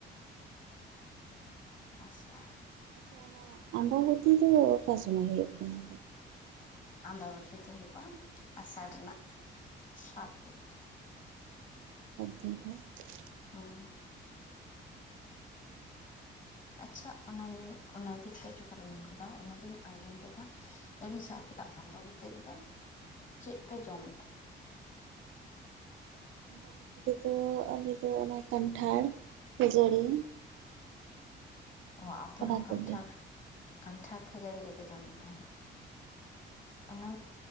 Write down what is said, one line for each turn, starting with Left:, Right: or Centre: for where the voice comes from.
Left: ᱟᱥᱟ
Right: ᱟᱪᱪᱷᱟ ᱚᱱᱟ ᱟᱢᱵᱟᱵᱚᱛᱤ ᱫᱚ ᱚᱠᱟ ᱥᱚᱢᱚᱭ ᱦᱩᱭᱩᱜ ᱠᱟᱱᱟ
Left: ᱟᱢᱵᱟᱵᱟᱚᱛᱤ ᱫᱚ ᱦᱩᱭᱩᱜᱼᱟ ᱟᱥᱟᱲ ᱨᱮᱱᱟᱜ ᱥᱟᱛ ᱫᱤᱱ ᱨᱮ
Right: <unintelligible>
Left: ᱚ ᱟᱪᱪᱷᱟ ᱚᱱᱟ ᱚᱱᱟ ᱫᱤᱠ ᱛᱮ ᱡᱚᱠᱷᱚᱱᱮ ᱢᱮᱱ ᱠᱮᱫᱟᱢ ᱚᱱᱟᱛᱤᱧ ᱟᱸᱡᱚᱢ ᱠᱮᱫᱟ <unintelligible> ᱟᱢᱵᱟᱵᱚᱛᱤ ᱨᱮᱫᱚ ᱪᱮᱫ ᱯᱮ ᱡᱚᱢ ᱛᱟᱦᱮᱱᱟ
Right: ᱟᱢᱵᱟᱵᱚᱛᱤ ᱨᱮᱫᱚ ᱟᱞᱮᱫᱚ ᱚᱱᱟ ᱠᱟᱱᱴᱷᱟᱲ ᱠᱷᱟᱹᱡᱟᱹᱲᱤ
Left: ᱚ ᱟᱯᱮ
Right: ᱚᱱᱟ
Left: ᱦᱚᱸ
Right: ᱠᱚᱜᱮ
Left: ᱠᱟᱱᱴᱷᱟᱲ ᱠᱟᱱᱴᱷᱟᱲ ᱠᱷᱟᱹᱡᱟᱹᱲᱤ ᱜᱮᱯᱮ ᱡᱚᱢᱮᱫ ᱛᱟᱦᱮᱱᱟ ᱚᱱᱟ